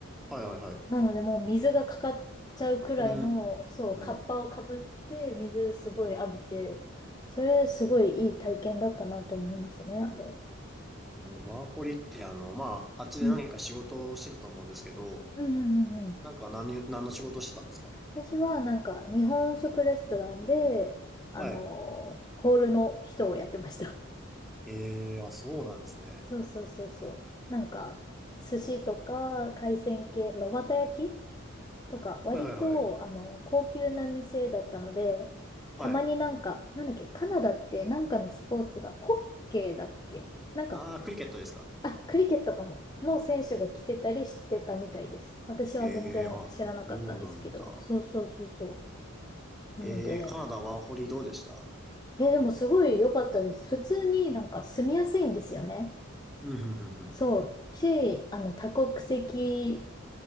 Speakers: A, in the centre; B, on the left.
A: はいはいはい。
B: なので、もう水がかかっちゃうくらいの、
A: うー
B: そう、カッパをかぶって、
A: ん。
B: 水すごい浴びて、それ、すごいいい体験だったなと思いますね、あれ。
A: えーワーホリってあの、まあ、あっちで何か仕事をしてたと思うんですけど、
B: うん。うんうんうんうん。
A: なんか何、何の仕事をしてたんですか
B: 私は、なんか、日本食レストランで、あの、
A: はい。
B: ホールの人をやってました。
A: ええ、あ、そうなんですね。
B: そうそうそうそう。なんか、寿司とか海鮮系、炉端焼きとか、割と、
A: はいはいはい。
B: あの、高級な店だったので、
A: はい。
B: たまになんか、なんだっけ、カナダってなんかのスポーツが、ホッケーだっけなんか、
A: あー、クリケットですか
B: あ、クリケットかも、の選手が来てたりしてたみたいです。私は全然知らなかったんですけど、
A: えー、あ、そうなんだ。
B: そうそうそうそう。
A: えー、
B: なので、
A: カナダワーホリどうでした
B: え、でもすごい良かったです。普通になんか住みやすいんですよね。
A: うん、ふんふんふん。
B: そう。し、あの、多国籍